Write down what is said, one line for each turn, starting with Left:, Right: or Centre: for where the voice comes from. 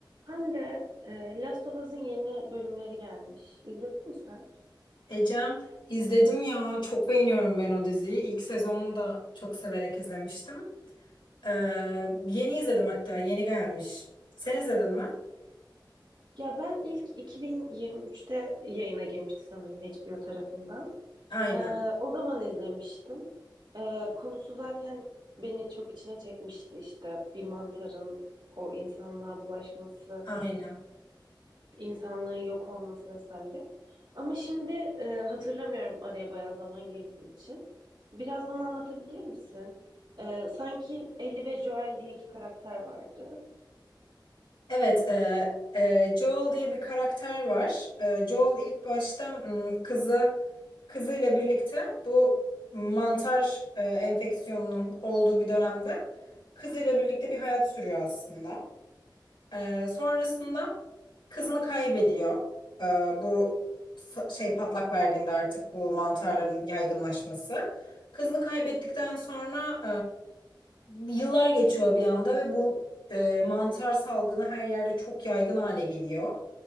Right: Ben de e, Last of Us'ın yeni bölümleri gelmiş. İzledin mi sen?
Left: Ecem izledim ya çok beğeniyorum ben o diziyi. İlk sezonunu da çok severek izlemiştim. Ee, yeni izledim hatta yeni gelmiş. Sen izledin mi?
Right: Ya ben ilk 2023'te yayına girmişti sanırım HBO tarafından.
Left: Aynen.
Right: E, o zaman izlemiştim. E, konusu zaten beni çok içine çekmişti işte. Bir mantarın o insanlığa bulaşması,
Left: Aynen.
Right: insanlığın yok olması vesaire. Ama şimdi e, hatırlamıyorum araya bayağı zaman girdiği için. Biraz bana anlatabilir misin? E, sanki Ellie ve Joel diye iki karakter vardı.
Left: Evet, e, e, Joel diye bir karakter var. E, Joel ilk başta m, kızı kızıyla birlikte bu mantar e, enfeksiyonunun olduğu bir dönemde kızıyla birlikte bir hayat sürüyor aslında. Ee, sonrasında kızını kaybediyor. Ee, bu sa- şey patlak verdiğinde artık bu mantarların yaygınlaşması. Kızını kaybettikten sonra e, yıllar geçiyor bir anda ve bu e, mantar salgını her yerde çok yaygın hale geliyor.